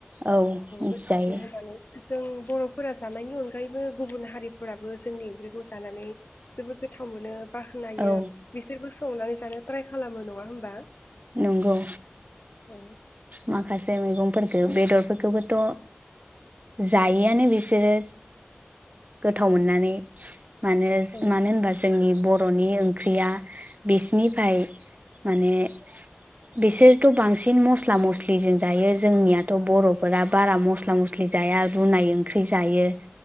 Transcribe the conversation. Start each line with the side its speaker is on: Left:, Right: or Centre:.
Right: औ मिथिजायो
Left: गोथौसिन होनानै जों बर'फोरा जानायनि अनगायैबो गुबुन हारिफोराबो जोंनि ओंख्रिखौ जानानै जोबोद गोथाव मोनो। बाखायो
Right: औ
Left: बिसोरबो संनानै जानो ट्राइ खालामो नङा होमबा
Right: नंगौ
Left: औ
Right: माखासे मैगंफोरखौ बेदरफोरखौबोथ' जायिआनो बिसोरो गोथाव मोननानै मानो
Left: औ
Right: मानो होमबा जोंनि बर'नि ओंख्रिया बिसिनिफ्राय माने बिसोरथ' बांसिन मस स्ला मस्लिजों जायो जोंनियाथ' बर'फोरा बारा मस्ला मस्लि जाया रुनाय ओंख्रि जायो।